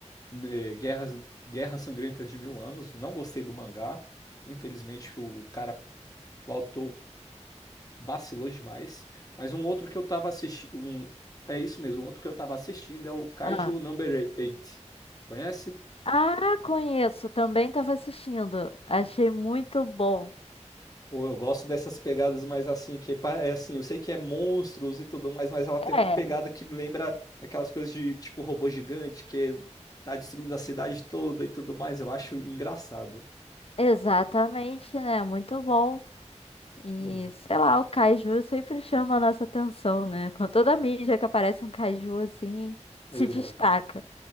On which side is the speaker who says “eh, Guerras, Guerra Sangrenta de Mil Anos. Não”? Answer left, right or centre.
Left